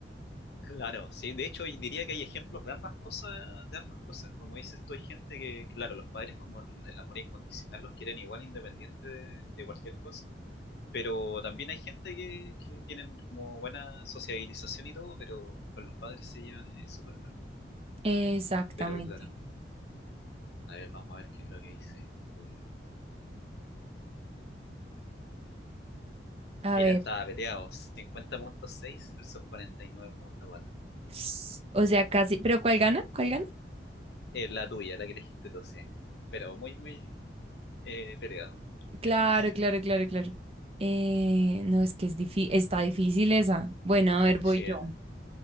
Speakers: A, on the left; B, on the right.
A: Claro, sí, de hecho y diría que hay ejemplos de ambas cosas, de ambas cosas. Como dices tú, hay gente que, claro, los padres como el, el amor incondicional los quieren igual independiente de, de cualquier cosa. Pero también hay gente que, que tienen como buena sociabilización y todo, pero con los padres se llevan eh, súper mal.
B: exactamente.
A: Pero claro. A ver, vamos a ver qué es lo que dice el público.
B: A
A: Mira,
B: ver,
A: estaba peleado. cincuenta punto seis versus cuarenta y nueve punto cuatro
B: <sniffs> o sea, casi, pero ¿cuál gana? ¿Cuál gana?
A: Es la tuya, la que elegiste tú, sí. Pero muy, muy eh, peleado.
B: Claro,
A: <laughs>
B: claro, claro, claro. Eh, no, es que es difícil, está difícil esa. Bueno, a ver, voy
A: Sí.
B: yo.
A: eh.